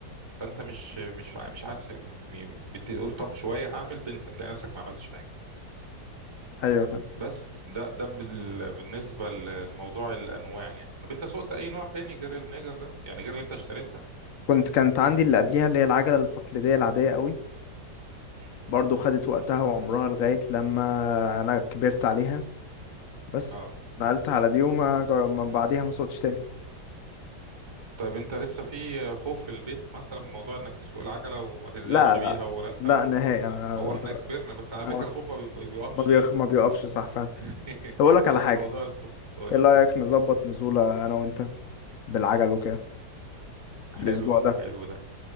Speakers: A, on the right; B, on the left.
A: فانت مش مش فع- مش عارف م- بتقول طب شويه هعمل تنسى تلاقي نفسك ما عملتش حاجه
B: ايوه فعلا
A: بس ده ده بال- بالنسبه لموضوع الانواع يعني طب انت سوقت اي نوع تاني غير النيجر ده يعني غير اللي انت اشتريتها
B: كنت كانت عندي اللي قبليها اللي هي العجلة التقليدية العادية قوي
A: امم
B: برضو خدت وقتها وعمرها لغاية لما انا كبرت عليها بس
A: اه
B: نقلت على دي وما جر... ما بعديها ما سوقتش تاني
A: طيب انت لسه في خوف في البيت مثلا من موضوع انك تسوق العجله وما تنزلش
B: لا لا
A: بيها ولا
B: لا نهائي انا
A: هو احنا
B: دلوقتي
A: كبرنا بس على فكره
B: اه
A: الخوف ما بي- بيقفش
B: ما بيخ...
A: يعني
B: ما بيقفش صح فعلا
A: <laughs>
B: طب اقول لك
A: يعني
B: على حاجة
A: انا موضوع الخوف قول
B: ايه
A: لي
B: رأيك نظبط نزولة انا وانت بالعجل وكده
A: حلو
B: الاسبوع ده
A: حلو ده